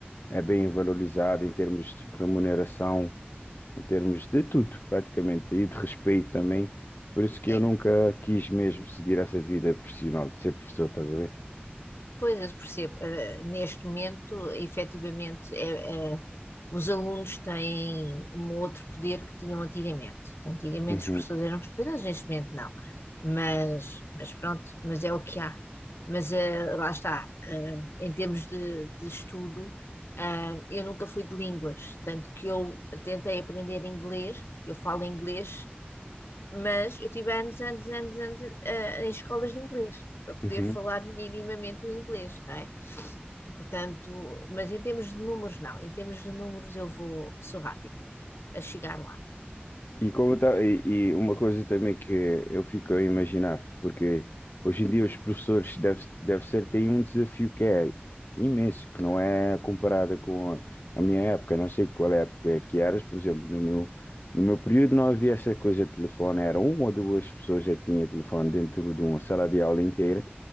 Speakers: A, on the left (about 60°); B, on the left (about 80°).
A: é bem valorizado em termos de remuneração, em termos de tudo, praticamente, e de respeito também. Por isso que
B: é.
A: eu nunca quis mesmo seguir essa vida profissional de ser professor, estás a ver?
B: Pois eu percebo, eh, neste momento, efetivamente, é, é, os alunos têm um outro poder que tinham antigamente. Antigamente
A: Uhum,
B: os professores eram respeitados, neste momento não. Mas, mas pronto, mas é o que há. Mas eh, lá está, eh, em termos de, de estudo, ah, eu nunca fui de línguas, tanto que eu tentei aprender inglês, eu falo inglês mas eu tive anos, anos, anos, anos eh, em escolas de inglês, para poder
A: uhum.
B: falar minimamente o inglês, não é? Portanto, mas em termos de números, não. Em termos de números, eu vou, sou rápida a chegar lá.
A: E, como tá, e, e uma coisa também que eu fico a imaginar, porque hoje em dia os professores deve, deve ser têm um desafio que é imenso, que não é comparada com a, a minha época, não sei qual é a época é que eras, por exemplo, no meu, no meu período não havia essa coisa de telefone, era uma ou duas pessoas é que tinha telefone dentro de uma sala de aula inteira,